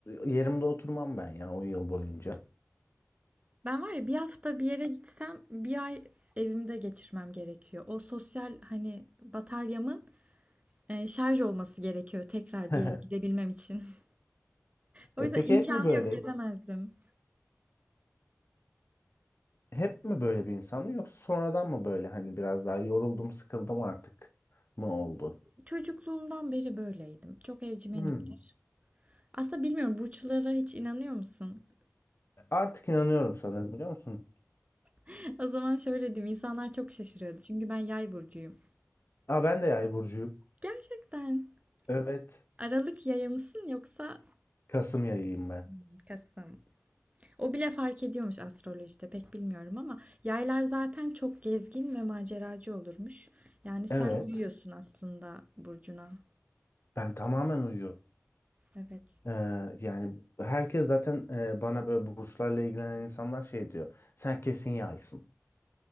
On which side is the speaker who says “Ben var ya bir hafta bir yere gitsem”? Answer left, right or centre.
Right